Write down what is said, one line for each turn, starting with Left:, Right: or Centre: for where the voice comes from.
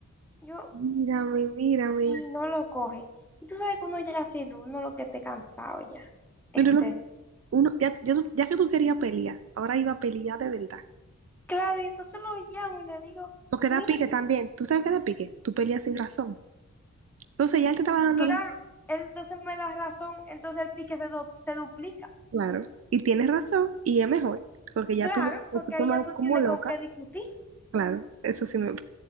Centre: Yo,
Right: Mírame, mírame.
Centre: y no lo coge. Y tú sabes que uno ya se ilu- uno lo que esté cansado ya. Este,
Right: Pero lo- uno, ya, ya, tú- ya que tú querías pelear, ahora iba a pelear de verdad.
Centre: claro, y entonces lo llamo y le digo,
Right: Porque
Centre: mira,
Right: da pique también. ¿Tú sabes qué da pique? Tú peleas sin razón. Entonces ya él te estaba dando
Centre: claro,
Right: la...
Centre: él entonces me da razón, entonces el pique se, du- se duplica.
Right: Claro. Y tienes razón. Y es mejor. Porque ya
Centre: Claro,
Right: tú lo, lo
Centre: porque
Right: que tomas
Centre: ahí ya tú
Right: como
Centre: tienes
Right: loca.
Centre: con qué discutir.
Right: Claro. Eso sí me...